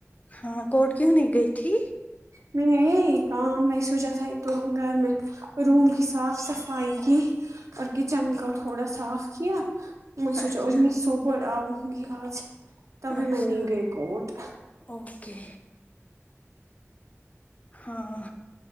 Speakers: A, on the left (about 30°); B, on the right (about 85°).
A: ہاں کورٹ کیوں نہیں گئی تھی
B: میں یہ کام میں سوچا تھا ایک تو گھر میں روم کی صاف صفائی کی اور کچن کو تھوڑا صاف کیا میں
A: اچھا
B: سوچا اج میں سوپر آؤنگی آج تبھی
A: اچھا
B: نی گئی اوٹ
A: اوکے ہاں